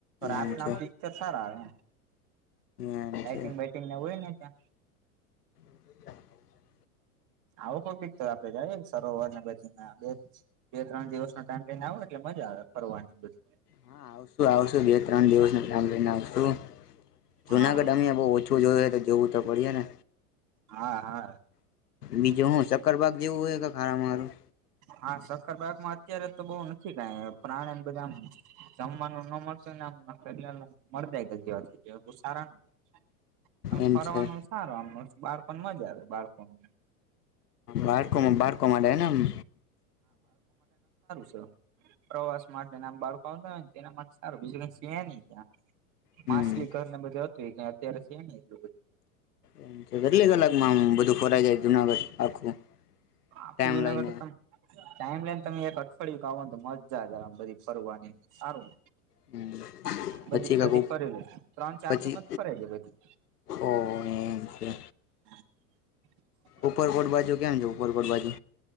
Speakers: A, on the right (about 40°); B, on the left (about 85°).
A: રા
B: એમ
A: ના
B: છે
A: પિક્ચર સારા આવે એમ.
B: એમ
A: લાઇટિંગ
B: છે
A: બાઈટિંગના હોય ને ત્યાં.
B: <inaudible>
A: આવું કોઈ બીક તો આપડે જાઈએ ન સરોવર ને બધીમાં. બે બે ત્રણ દિવસનો ટાઈમ લઈને આવો એટલે મજા આવે ફરવાની ન બધી.
B: હા આવશું આવશું બે ત્રણ દિવસનું કામ લઈને આવશું જુનાગઢ
A: હા
B: અમે બોઉ ઓછું જોયું હો તો જોવું તો પડીએ ને.
A: હા હા.
B: બીજું હું શક્કરબાગ જેવું હે કંઈક હારામાં હારું?
A: હા, શક્કરબાગમાં અત્યારે તો બોઉ નથી કાંઈ પ્રાણીન બધા આમ જમવાનું ન મળશે ને આમ <unintelligible> મડદા <unintelligible> બો સારા ન હોય. આમ
B: એમ
A: ફરવાનું
B: છે
A: સારું. આમ બાળકોને મજા આવે બાળકોને.
B: બાડકોમાં બાડકોમાં ડેનામ
A: છ. પ્રવાસ માટેના આમ બાળકો આવતા હોય ન તેના માટે સારું બીજું કઈ સે નઈ ત્યાં.
B: હમ
A: માસલી ઘરને બધું હતું ઈ કાંઈ અત્યારે સે નઈ એટલું બધુ.
B: અમ કેટલી કલાકમાં આમ બધું ફરાઈ જાય જુનાગઢ આખું?
A: આખું
B: ટાઈમ
A: જુનાગઢ
B: લઈને
A: તો તમ ટાઈમ લઈને તમે એક અઠવાડિયું ક આવો નતો મજા જ આમ બધી ફરવાની. સારું.
B: હમ
A: બધી
B: પછી
A: બધી
B: કાક
A: ફરી લે. ત્રણ ચાર
B: પછી
A: દિમાં જ ફરાઈ જાય બધી.
B: ઓ એમ છે!
A: <inaudible>
B: ઉપરકોટ બાજુ કેમ છે, ઉપરકોટ બાજુ?